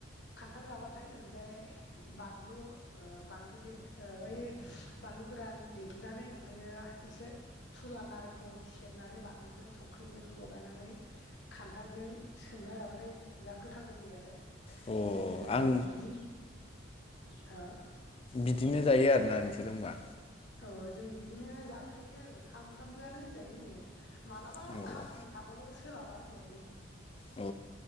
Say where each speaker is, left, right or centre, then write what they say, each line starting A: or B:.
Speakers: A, on the left (about 60°); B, on the left (about 30°).
A: खान्थाल जाबाथाय ओरैजाय बानलु ओ बानलु दे ओइ बानलु गोरान देग्लिनानै ओमफ्रायो। एसे थुला नारेंखौ सेबनानै बानलुजों संख्रिजों लगायनानै। खान्थालजों सोमना जाबाथाय जा गोथाव जायो आरो।
B: औ
A: जोङो
B: अ आं
A: बिदि हो
B: बिदिनो जायो आरोना नोंसोर ओमबा
A: औ जों इदिनो जाबाय थायो आरो सामफ्रामबोआनो होनजायो जोङो मालाबा
B: औ
A: खामानि थाबोल' सोलाबा होनजायो।
B: औ